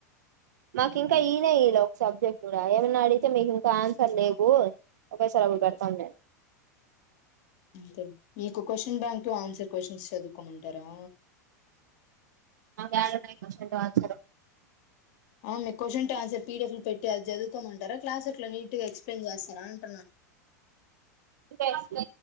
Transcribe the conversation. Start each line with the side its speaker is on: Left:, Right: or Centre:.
Right: మాకి
Left: హ్మ్
Right: ఇంకా ఈయనే ఈ లో సబ్జెక్ట్ కూడా ఏమన్నా అడిగితే మీకు ఇంకా ఆన్సర్ లేవు ఒకేసారి అప్పుడు పెడతాం నేను
Left: స మీకు క్వశ్చన్ బ్యాంక్ ఆన్సర్ క్వశ్చన్స్ చదువుకోమంటారా
Right: ఏడు మ
Left: ఆ మీ క్వశ్చన్ ఆన్సర్ పీడిఎఫ్ లో పెట్టి అది చదువుకోమంటారా క్లాస్ అట్లా నీట్ గా ఎక్స్ప్లెయిన్ చేస్తారా అంటున్నా
Right: ఎక్